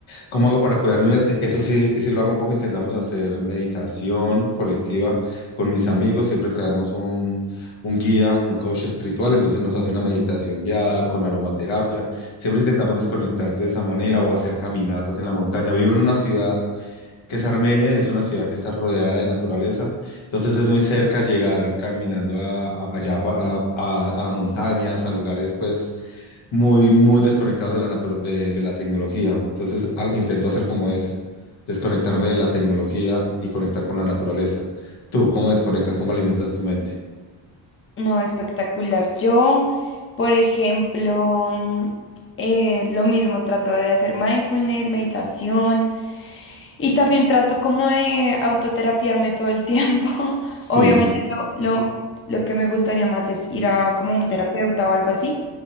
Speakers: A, on the left; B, on the left.
A: ¿Cómo hago para cuidar mi mente? Eso sí, sí lo hago un poco. Intentamos hacer meditación colectiva con mis amigos. Siempre traemos un, un guía, un coach espiritual. Entonces nos hace una meditación guiada con aromaterapia. Siempre intentamos desconectar de esa manera o hacer caminatas en la montaña. Vivo en una ciudad que es Armenia y es una ciudad que está rodeada de naturaleza. Entonces es muy cerca llegar caminando a, a- allá pa- a, a- a montañas, a lugares pues muy, muy desconectados de la, natu- de, de la tecnología. Entonces a- intento hacer como eso, desconectarme de la tecnología y conectar con la naturaleza. ¿Tú cómo desconectas? ¿Cómo alimentas tu mente?
B: No, espectacular. Yo, por ejemplo, mm, eh, lo mismo, trato de hacer mindfulness, meditación. Y también trato como de autoterapiarme todo el tiempo. <laughs>
A: Sí,
B: Obviamente lo, lo, lo que me gustaría más es ir a como un terapeuta o algo así,